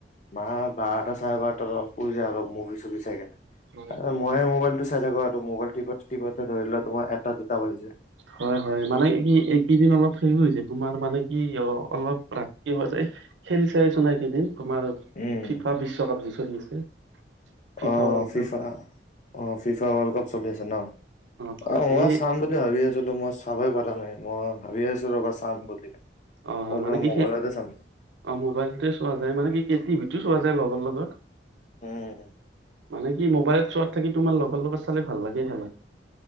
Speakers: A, on the left (about 40°); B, on the right (about 85°).
A: মা বাৰটা চাৰে বাৰটা অলপ শুই য অলপ মৰি চুৰি চাই কেনে
B: হয়
A: মইয়ে মোবাইলটো চাই থাকো আৰু তটো মোবাইল টি টত ধৰি লোৱা তোমাৰ এটা দুটা বাজি যায়।
B: হয় হয় হয় মানে কি এইকেইদিন অলপ হেৰি হৈছে তোমাৰ মানে কি অ' অলপ ৰাতি হোৱা যায়! খেলি চাই আছোঁ না এইকেইদিন। তোমাৰ
A: উম
B: ফিফা বিশ্বকাপ যে চলি আছে। ফিফা
A: অ',
B: ৱৰ্ল্ড
A: ফিফ
B: কাপ
A: ফা অ' ফিফা ৱৰ্ল্ড কাপ চলি আছে ন'?
B: হয়
A: অ' মই
B: এই
A: চাম বুলি ভাবি আছিলোঁ, মই চাবই পাৰা নাই। মই ভাবি আছোঁ ৰ'বা চাম বুলি।
B: অ',
A: ক'ত
B: মানে
A: বা
B: কি
A: মোবাইলতে
B: সেই!
A: চাম
B: অ', মোবাইলতে চোৱা যায় মানে কি <unintelligible> টিভিতো চোৱা যায় লগৰ লগত।
A: উম।
B: মানে কি মোবাইলত চোৱাত থাকি, তোমাৰ লগৰ লগত চালে ভাল লাগে খেলা।